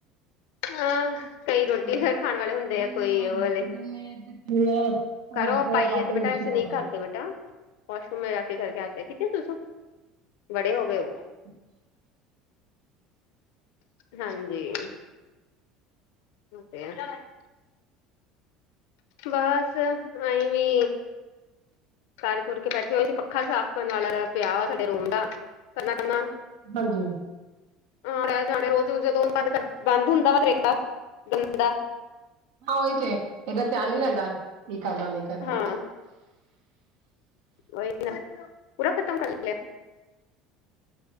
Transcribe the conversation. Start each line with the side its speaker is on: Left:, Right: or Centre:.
Left: ਹਾਂ। ਕਈ
Right: ਹਾਂ
Left: ਰੋਟੀ ਫੇਰ ਖਾਣ ਵਾਲੇ ਹੁੰਦੇ
Right: ਪੁਦੀਨੇ
Left: ਐ ਕੋਈ
Right: ਹਾਂਜੀ
Left: ਔ ਵਾਲੇ।
Right: ਪੁਦੀਨੇ ਤੇ ਧਨੀਆ ਟਮਾਟਰ
Left: ਕਰੋ ਪਾਈ
Right: ਪਾ
Left: ਐ ਤੇ
Right: ਕੇ
Left: ਬੇਟਾ
Right: ਮਿਰਚੀ
Left: ਐਸੇ ਨਹੀਂ
Right: ਪਾ ਕੇ
Left: ਕਰ ਦੇ ਬੇਟਾ ਵਾਸ਼ਰੂਮ ਮੇ ਜਾ ਕੇ ਕਰਕੇ ਆਤੇ ਐ ਠੀਕ ਹੈ ਸੁਸੂ, ਬੜੇ ਹੋ ਗਏ ਔ।
Right: <inaudible>
Left: ਹਾਂਜੀ। <unintelligible> ਬੱਸ ਆਈਂ ਵੀ ਕਰ ਕੁਰ ਕੇ ਬੈਠੇ ਹੋਏ ਸੀ, ਪੱਖਾ ਸਾਫ਼ ਕਰਨ ਵਾਲਾ ਪਿਆ ਵਾ ਸਾਡੇ ਰੂਮ ਦਾ, ਕਰਨਾ-ਕਰਨਾ
Right: ਹਾਂਜੀ।
Left: ਹਾਂ <unintelligible> ਰੋਜ਼ ਜਦੋਂ ਬੰਦ ਕਰ ਬੰਦ ਹੁੰਦਾ ਵਾ ਫੇਰ ਏਕ ਦਾਮ। ਗੰਦਾ।
Right: ਹਾਂ, ਔਹੀ ਤਾਂ ਤੇ ਇਦਾ ਧਿਆਨ ਨੀ ਰੈੰਦਾ ਕੀ ਕਰਨਾ, ਕੀ ਨਹੀਂ ਕਰਨਾ।
Left: ਹਾਂ ਵਹੀ ਨਾ। ਪੂਰਾ ਖਤਮ ਕਰ ਲਿਐ।